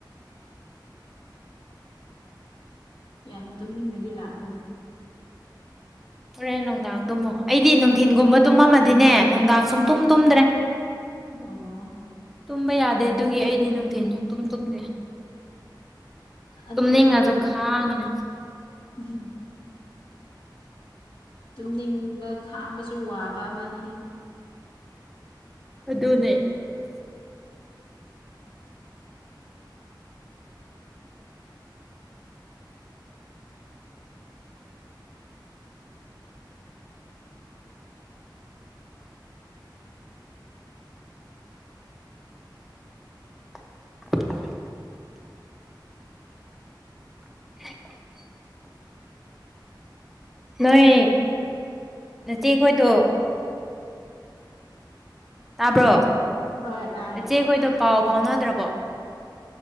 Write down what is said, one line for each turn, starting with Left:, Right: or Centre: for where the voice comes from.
Left: ꯌꯥꯝ ꯇꯨꯅꯤꯡꯅꯗꯤ ꯂꯥꯛꯄꯅꯦ
Centre: ꯍꯣꯔꯦꯟ ꯅꯨꯡꯗꯥꯡꯗꯨꯝꯃꯣ ꯑꯩꯗꯤ ꯅꯨꯡ ꯊꯤꯟꯒꯨꯝꯕ ꯇꯨꯝꯃꯝꯃꯗꯤꯅꯦ ꯅꯨꯡꯗꯥꯡ ꯁꯨꯝ ꯇꯨꯝ
Left: ꯑꯥ
Centre: ꯇꯨꯝꯗ꯭ꯔꯦ
Left: ꯑꯣ
Centre: ꯇꯨꯝꯕ ꯌꯥꯗꯦ ꯑꯗꯨꯒꯤ ꯑꯩꯗꯤ ꯅꯨꯡꯊꯤꯟ ꯁꯨꯡ ꯇꯨꯝ ꯇꯨꯝꯗꯦ
Left: ꯑꯗꯨꯅꯁꯨ
Centre: ꯇꯨꯝꯅꯤꯡꯉꯁꯨ
Left: ꯐꯕꯅꯤ
Centre: ꯈꯥꯡꯉꯤꯅꯦ
Left: ꯎꯝ ꯇꯨꯝꯅꯤꯡꯕ ꯈꯥꯡꯕꯁꯨ ꯋꯥꯕ ꯑꯃꯅꯤꯍꯦ
Centre: ꯑꯗꯨꯗꯅꯦ
Left: ꯎ
Centre: <inaudible> <inaudible> ꯅꯣꯏꯣꯏ ꯅꯠꯇꯦ ꯑꯩꯣꯏꯗ ꯇꯥꯕ꯭ꯔꯣ
Left: ꯎꯝ ꯍꯣꯏ ꯇꯥꯏꯌꯦ
Centre: ꯏꯆꯦꯈꯣꯏꯗꯣ ꯄꯥꯎ ꯐꯥꯎꯅꯗ꯭ꯔꯕꯣ